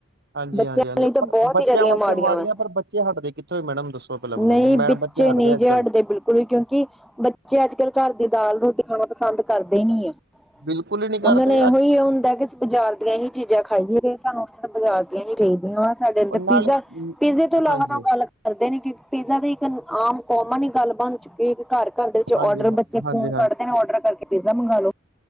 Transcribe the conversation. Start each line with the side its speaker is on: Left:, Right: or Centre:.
Right: ਹਾਂਜੀ-ਹਾਂਜੀ,
Centre: ਬੱਚਿਆਂ
Right: ਹਾਂਜੀ
Centre: ਲਈ ਤਾਂ
Right: ਪਰ
Centre: ਬਹੁਤ
Right: ਬੱਚਿਆਂ
Centre: ਹੀ ਜ਼ਿਆਦੀਆਂ
Right: ਵਾਸਤੇ ਮਾੜੀਆਂ
Centre: ਵਾ
Right: ਪਰ ਬੱਚੇ ਹੱਟਦੇ ਕਿੱਥੋਂ ਮੈਡਮ ਦੱਸੋ। ਪਹਿਲਾਂ ਮੈਨੂੰ
Centre: ਨਹੀਂ,
Right: ਮੈਂ
Centre: ਬੀਚੇ
Right: ਬੱਚੇ ਹਟਦੇ
Centre: ਨੀਂ
Right: ਅੱਜ
Centre: ਜੇ
Right: ਕੱਲ੍ਹ
Centre: ਹੱਟਦੇ ਬਿਲ -ਕੁਲ ਵੀ ਕਿਉਂਕਿ ਬੱਚੇ ਅੱਜ ਕੱਲ ਘਰ ਦੀ ਦਾਲ- ਰੋਟੀ ਖਾਣਾਂ ਪਸੰਦ ਕਰਦੇ ਈ ਨੀ ਏ।
Right: ਬਿਲਕੁਲ ਹੀ ਨਹੀਂ ਕਰਦੇ
Centre: ਉਹਨਾਂ ਨੇ ਇਹੋ
Right: ਅੱਜ
Centre: ਹੀ ਹੁੰਦਾ ਕਿ ਸ ਬਾਜ਼ਾਰ ਦੀਆਂ ਹੀ ਚੀਜ਼ਾਂ ਖਾਈਆਂ ਤੇ ਸਾਨੂੰ ਸਭ ਬਾਜ਼ਾਰ ਦੀਆਂ ਹੀ ਚਾਹੀਦੀਆਂ ਆ। ਸਾਡੇ ਏਧਰ
Right: ਨਾਲੇ
Centre: ਪੀਜ਼ਾ,
Right: ਮ,
Centre: ਪੀਜ਼ੇ ਤੋਂ ਇਲਾਵਾ
Right: ਹਾਂਜੀ
Centre: ਤਾਂ ਗੱਲ ਕਰਦੇ ਨੇ ਕਿਉਂਕਿ, ਪੀਜ਼ਾ ਦੀ ਇੱਕ ਆਮ ਕੋਮਨ ਹੀ ਗੱਲ ਬਣ ਚੁੱਕੀ ਏ, ਕਿ ਘਰ -ਘਰ ਦੇ ਵਿੱਚ ਔਡਰ
Right: ਹਾਂਜੀ ਹਾਂਜੀ
Centre: ਜੇ
Right: ਹਾਂਜੀ
Centre: ਫੋਨ ਕੱਢਦੇ ਨੇ ਔਡਰ ਕਰਕੇ ਪੀਜ਼ਾ ਮੰਗਾਲੋ।